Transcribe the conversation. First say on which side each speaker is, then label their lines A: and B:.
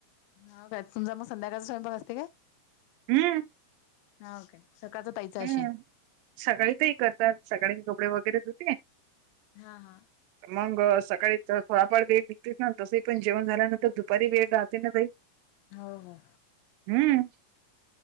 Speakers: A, on the left; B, on the right.
A: हो का तुमचा मग संध्याकाळी स्वयंपाक असते का?
B: हम्म!
A: हाव काय सकाळचा, ताईचा
B: हम्म
A: असेल
B: सकाळी तही करतात सकाळी मी कपडे वगैरे धुते.
A: हा हा
B: मग सकाळी थोडाफार वेळ निघतेस ना तसही पण जेवण झाल्यानंतर दुपारी वेळ राहते ना भाई.
A: हो हो!
B: हम्म